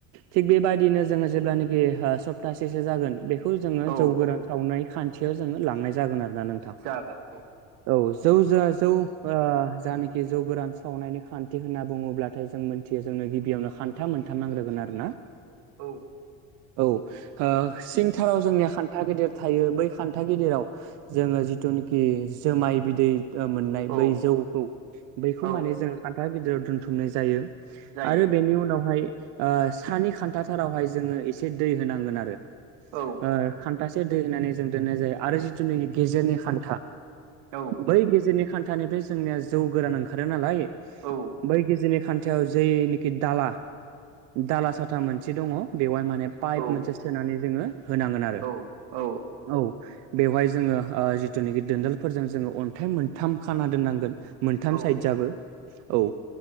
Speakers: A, on the right; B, on the right.
A: थिग बेबादिनो जोङो जेब्लानेखि ओ सप्तासेसो जागोन बेखौ जोङो
B: औ
A: जौ गोरान सावनाय खान्थियाव जोङो लांनाय जागोन आरोना नों
B: जागोन औ
A: औ जौ ज जौ ओ जानाखि जौ गोरान सावनायनि खान्थि होनना बुङोब्लाथाय जों मोनथियो जोंनो गिबियावनो खान न्था मोनथाम नांग्रोगोन आरो ना।
B: औ
A: औ ओ सिंथाराव जोंनिया खान्था गेदिर थायो बै खान्था गेदिराव जोङो जिथुनाखि जोमाय बिदै ओ मोननाय
B: औ
A: बै जौखौ बैखौ
B: औ
A: माने जोङो खान्था गिदिराव दोनथुमनाय जायो।
B: जायो
A: आरो बेनि उनावहाय ओ सानि खान्थाथारावहाय जोङो एसे दै होनांगोन आरो।
B: औ
A: ओ खान्थासे दै होनानै जों दोननाय जायो आरो जिथुनोखि गेजेरनि खान्था
B: औ
A: बै गेजेरनि खान्थानिफ्राय जोंनिया जौ गोरान ओंखारो नालाय
B: औ
A: बै गेजेरनि खान्थायाव जेनिखि दाला दाला साथा मोनसे दङ बेवहाय मान माने पाइप
B: औ
A: मोनसे सोनानै जोङो होनांगोन आरो
B: औ औ औ
A: औ बेवहाय जोङो ऐ जिथुनिखि दोनदोलफोरजों जोङो अन्थाइ मोनथाम खाना दोननांगोन। मोनथाम
B: औ
A: साइदजाबो औ